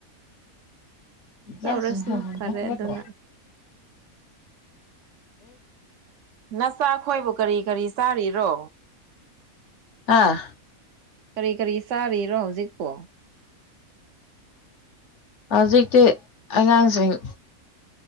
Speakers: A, on the left; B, on the right.
A: UNINTELLIGIBLE
B: ꯇꯧꯔꯁꯅꯨ ꯐꯔꯦ ꯑꯗꯨꯅ ꯅꯆꯥ ꯑꯩꯈꯣꯏꯕꯨ ꯀꯔꯤ ꯀꯔꯤ ꯆꯥꯔꯤꯔꯣ
A: ꯑꯥ
B: ꯀꯔꯤ ꯀꯔꯤ ꯆꯥꯔꯤꯔꯣ ꯍꯧꯖꯤꯛꯄꯣ
A: ꯍꯧꯖꯤꯛꯇꯤ ꯑꯉꯥꯡꯁꯤꯡ